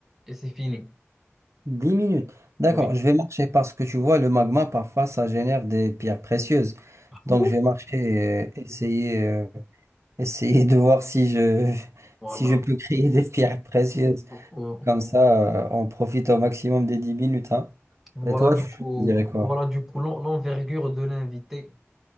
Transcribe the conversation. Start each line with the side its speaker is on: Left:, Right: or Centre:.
Centre: et c'est fini.
Right: 10 minutes. D'accord,
Centre: Oui,
Right: je vais marcher parce que tu vois, le magma, parfois, ça génère des pierres précieuses.
Centre: Ah bon
Right: Donc, je vais marcher et euh, essayer, euh, essayer de voir si je, <laughs>
Centre: voilà.
Right: si je peux créer des pierres précieuses.
Centre: Euh,
Right: Comme ça, euh, on profite au maximum des 10 minutes, hein.
Centre: Voilà
Right: Et toi,
Centre: du
Right: tu
Centre: coup,
Right: dirais quoi?
Centre: voilà du coup l'en- l'envergure de l'invité,